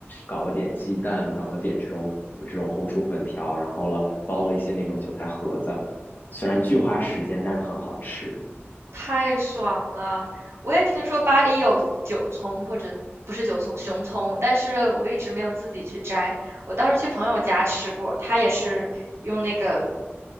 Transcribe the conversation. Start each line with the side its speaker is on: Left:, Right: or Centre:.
Left: 搞了点鸡蛋，搞了点这种这种红薯粉条，然后了包了一些那种韭菜盒子，虽然巨花时间，但是很好吃。
Right: 太爽了！我也听说巴黎有韭葱，或者不是韭葱，熊葱，但是我一直没有自己去摘。我倒是去朋友家吃过，他也是用那个